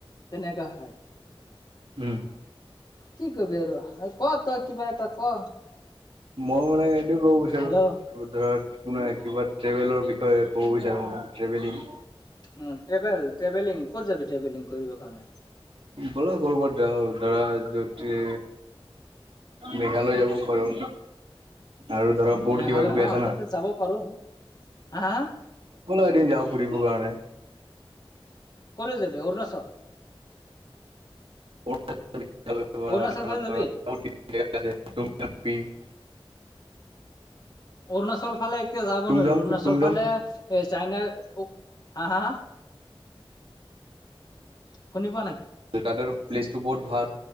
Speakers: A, on the left (about 45°); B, on the right (about 75°).
A: তেনেকা হয়।
B: উম্,
A: কি কৰিবি আৰু ক তই কিবা এটা ক।
B: মই মানে এইটোৱে ক'ব বিচাৰো
A: হেল্ল'
B: ধৰা কোনে কিবা ট্ৰেভেলৰ বিষয়ে ক'ব বিচাৰোঁ, মানে ট্ৰেভেলিং
A: উম্, ট্ৰেভেল-ট্ৰেভেলিং, ক'ত যাবি ট্ৰেভেলিং কৰিব কাৰণে?
B: ব'লা ক'ৰবাত যাওঁ ধৰাতি মেঘালয় যাব পাৰো আৰু ধৰা বহুত
A: মেঘালয়
B: কিবা কিবি
A: অ
B: আছে না।
A: তাতে যাব পাৰো। হা
B: বোলা এদিন যাওঁ ফুৰিবৰ কাৰণে।
A: ক'লে যাবি অৰুণাচল
B: <unintelligible>
A: অৰুণাচল ফালে যাবি
B: <unintelligible>
A: অৰুণাচল ফালে এতিয়া যাব
B: তুমজাং
A: নোৱাৰি অৰুণাচল
B: তুমজাং
A: ফালে এই চাইনা হা হা শুনি পোৱা নাই
B: তাতে প্লেচটো বহুত ভাল